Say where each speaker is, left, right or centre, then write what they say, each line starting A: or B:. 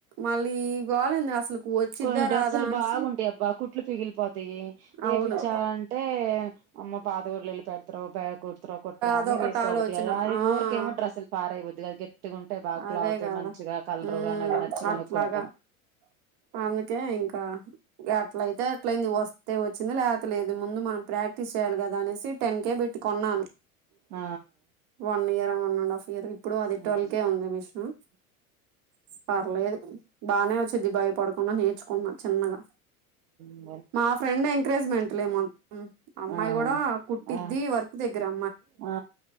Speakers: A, on the right; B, on the right.
A: మళ్ళీ ఈ గోలెందుకు అసలుకు వచ్చిద్దా
B: కొన్ని డ్రెస్సులు
A: రాదా అనేసి
B: బాగుంటయి అబ్బా, కుట్లు పిగిలిపోతాయి.
A: అవును
B: ఏపిచ్చాలంటే అమ్మా పాతగుడ్డలు యిల్లు పెడతరు పె కుట్ కుడతరో కుట్రో అని
A: అదొకటి
B: తీసుకోబుద్ది
A: ఆలోచన
B: కాదు. అది
A: ఆ
B: ఉర్కేమో డ్రెస్సులు పాడెయబుద్ది కాదు, గట్టిగా ఉంటయి బాగా క్లాత్
A: అదే కదా
B: మంచి గా కలరు
A: ఉమ్
B: గాని అవి నచ్చి కొనుక్కుంటా.
A: అట్లాగా అందుకే ఇంకా అట్లయితద్ అట్లైంది వస్తే వచ్చింది లేకపోతే లేదు. ముందు మనం ప్రాక్టీస్ చేయాలి కదా అనేసి టెన్ కే పెట్టి కొన్నాను.
B: ఆ
A: one year one and half year ఇప్పుడు అదిట్వల్కే
B: అదే
A: ఉంది మిషను. పర్లేదు బానే వచ్చిద్ది భయపడకుండా నేర్చుకున్నా చిన్నగా.
B: హ్
A: మా ఫ్రెండ్ ఎంకరేజ్మెంట్లే మొత్తం. అమ్మాయి
B: ఆ
A: కూడా కుట్టిద్ది
B: ఆ
A: వర్క్ దగ్గరా.
B: ఆ